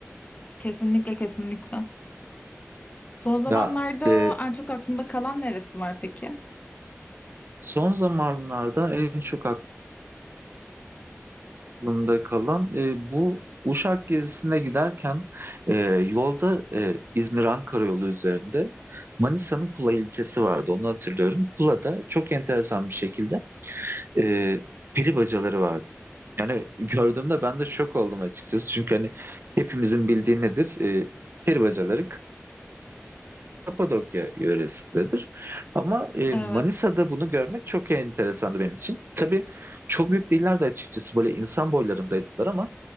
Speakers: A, on the left; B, on the right.
A: Kesinlikle kesinlikle. Son zamanlarda
B: Ya e,
A: en çok aklında kalan neresi var peki?
B: son zamanlarda en çok aklımda kalan e, bu Uşak gezisine giderken e, yolda e, İzmir-Ankara yolu üzerinde Manisa'nın Kula ilçesi vardı onu hatırlıyorum. Kula'da çok enteresan bir şekilde e, peri bacaları vardı. Yani <laughs> gördüğümde ben de şok oldum açıkçası. Çünkü hani hepimizin bildiği nedir? E, peri bacaları Kapadokya yöresindedir. Ama e,
A: Evet.
B: Manisa'da bunu görmek çok enteresandı benim için. Tabii çok büyük değillerdi açıkçası. Böyle insan boylarındaydılar ama